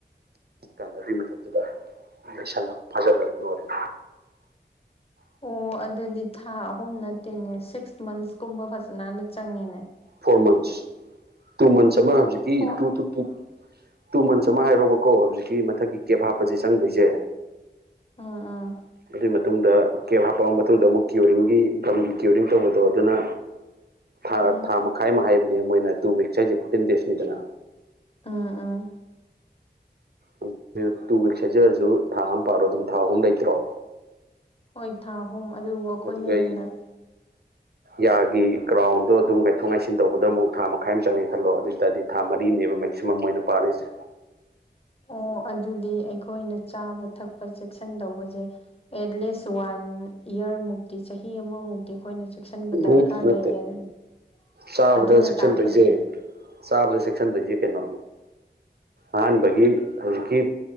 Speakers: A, on the right (about 65°); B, on the left (about 35°).
A: ꯀꯥꯟꯗ ꯑꯗꯨꯏ ꯃꯊꯛꯇꯨꯗ ꯂꯁꯟꯅ ꯐꯥꯖꯜꯂꯒ ꯂꯣꯏꯔꯦꯗ
B: ꯑꯣ ꯑꯗꯨꯗꯤ ꯊꯥ ꯑꯍꯨꯝ ꯅꯠꯇꯦꯅꯦ ꯁꯤꯛꯁ ꯃꯟꯁꯀꯨꯝꯕ ꯐꯖꯅꯅ ꯆꯪꯉꯦꯅꯦ
A: ꯐꯣꯔ ꯃꯟꯁ ꯇꯨ ꯃꯟꯁ ꯑꯃ ꯍꯧꯖꯤꯛꯀꯤ
B: four
A: two two two two months ꯑꯃ ꯍꯥꯏꯔꯣꯕꯀꯣ ꯍꯧꯖꯤꯛꯀꯤ ꯃꯊꯛꯀꯤ ꯀꯦꯕ ꯍꯥꯞꯄꯁꯦ ꯆꯪꯗꯣꯏꯁꯦ
B: ꯎꯥ ꯑꯥ
A: ꯑꯗꯨꯏ ꯃꯇꯨꯡꯗ ꯀꯦꯞ ꯍꯥꯞꯄꯛꯑꯕ ꯃꯇꯨꯡꯗ ꯑꯃꯨꯛ ꯀꯤꯌꯔꯤꯡꯒꯤ ꯒꯝꯒꯤ ꯀ꯭ꯌꯣꯔꯤꯡ ꯇꯧꯕꯗꯣ ꯑꯗꯨꯅ ꯥ
B: ꯎꯝ
A: ꯊꯥ ꯃꯈꯥꯏ ꯑꯃ ꯍꯥꯏꯕꯅꯦ ꯃꯣꯏꯅ ꯇꯨ ꯋꯤꯛꯁ ꯍꯥꯏꯁꯦ ꯐꯣꯔꯇꯤꯟ ꯗꯦꯖꯅꯤꯗꯅ
B: ꯑꯥ ꯑꯥ
A: <unintelligible> ꯇꯨ ꯋꯤꯛꯁ ꯍꯥꯏꯖꯔꯁꯨ ꯊꯥ ꯑꯃ ꯄꯥꯔꯣ ꯑꯗꯨꯝ ꯊꯥ ꯑꯍꯨꯝ ꯂꯩꯇ꯭ꯔꯣ
B: ꯍꯣꯏ ꯊꯥ ꯑꯍꯨꯝ ꯑꯗꯨꯕꯨ ꯑꯩꯈꯣꯏꯅ
A: ꯑꯗꯨꯒ
B: ꯍꯦꯟꯅ
A: ꯌꯥꯒꯤ ꯀ꯭ꯔꯥꯎꯟꯗꯣ ꯑꯗꯨ ꯉꯥꯏꯊꯣꯛ ꯉꯥꯏꯁꯤꯟ ꯇꯧꯕꯗ ꯑꯃꯨꯛ ꯊꯥ <unintelligible> <unintelligible> ꯑꯃ ꯆꯪꯉꯦ ꯈꯜꯂꯣ ꯑꯗꯨ ꯑꯣꯏꯇꯥꯔꯗꯤ ꯊꯥ ꯃꯔꯤꯅꯦꯕ ꯃꯦꯛꯁꯤꯃꯝ ꯑꯣꯏꯅ ꯄꯥꯔꯤꯁꯦ
B: ꯑꯣ ꯑꯗꯨꯗꯤ ꯑꯩꯈꯣꯏꯅ ꯆꯥꯕ ꯊꯛꯄ ꯆꯦꯛꯁꯤꯟ ꯗꯧꯕꯁꯦ ꯑꯦꯠ ꯂꯤꯁ ꯋꯥꯟ ꯏꯌꯥꯔꯃꯨꯛꯇꯤ ꯆꯍꯤ ꯑꯃꯃꯨꯛ ꯑꯩꯈꯣꯏꯅ ꯆꯦꯛꯁꯤꯟꯕ ꯗꯔꯀꯥꯔ
A: ꯎꯝ ꯅꯠꯇꯦ
B: ꯂꯩꯌꯦ <unintelligible>
A: ꯆꯥꯕꯗ
B: ꯑꯗꯨꯅ
A: ꯆꯦꯛꯁꯤꯟꯗꯣꯏꯁꯦ
B: ꯇꯥꯛꯄꯗꯤ
A: ꯆꯥꯕꯗ ꯆꯦꯛꯁꯟꯗꯣꯏꯁꯦ ꯀꯩꯅꯣ ꯑꯍꯥꯟꯕꯒꯤ ꯍꯧꯖꯤꯛꯀꯤ